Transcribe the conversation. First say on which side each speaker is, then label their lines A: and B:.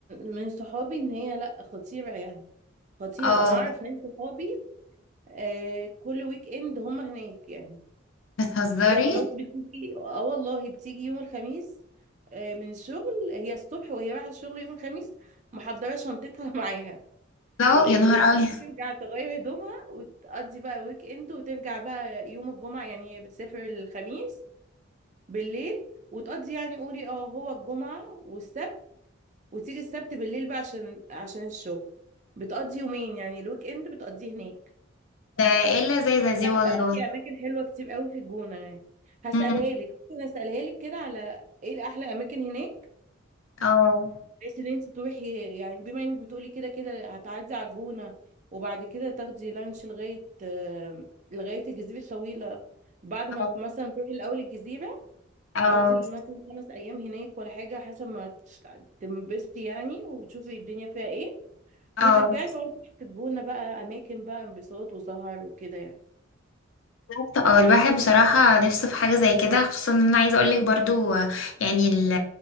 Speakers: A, on the right (about 35°); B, on the left (about 75°).
A: من صحابي ان هي لا خطيرة يعني خطيرة
B: اه
A: انا اعرف ناس صحابي آه كل ويك اند هم هناك يعني
B: بتهزري
A: هي خلاص بتيجي اه والله بتيجي يوم الخميس آه من الشغل هي الصبح وهي رايحة الشغل يوم الخميس محضرة شنطتها <laughs> معاها
B: لا
A: و-
B: يا نهار
A: وتيجي
B: ابيض
A: ترجع تغير هدومها وتقضي بقى ويك اند وترجع بقى يوم الجمعة يعني هي بتسافر الخميس بالليل وتقضي يعني قولي اه هو الجمعة والسبت وتيجي السبت بالليل بقى عشان عشان الشغل بتقضي يومين يعني الويك اند بتقضيه هناك
B: ده ايه اللذاذه دي والله
A: آه، في اماكن حلوه كتير قوي في الجونه يعني هسألها
B: امم
A: لك ممكن اسالها لك كده على ايه الاحلى اماكن هناك
B: اه
A: بحيث ان انت تروحي يعني بما انك بتقولي كده كده هتعدي على الجونه وبعد كده تاخدي لانش لغايه آه، لغايه الجزيره الطويله بعد ما
B: اه
A: ت- مثلا تروحي الاول الجزيره
B: اه
A: تقضي مثلا خمس ايام هناك ولا حاجه حسب ما تش- تنبسطي يعني وتشوفي الدنيا فيها ايه
B: اه
A: وترجعي تقعدي في الجونة بقى أماكن بقى انبساط وسهر وكده يعني
B: بالظبط. اه الواحد بصراحه نفسه في حاجه زي كده خصوصا ان انا عايزه اقول لك برضو آه، يعني ال